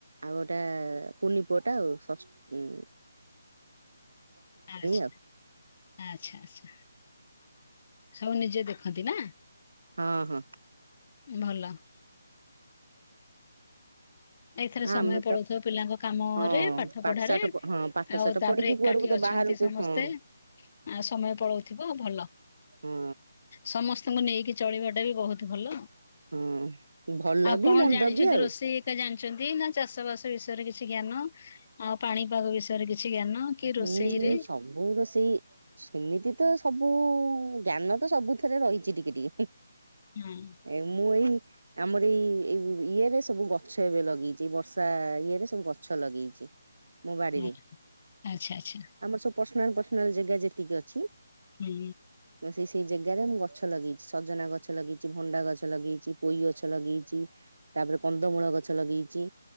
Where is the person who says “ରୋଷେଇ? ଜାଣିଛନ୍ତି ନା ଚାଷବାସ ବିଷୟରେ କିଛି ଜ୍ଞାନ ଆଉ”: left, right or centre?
Left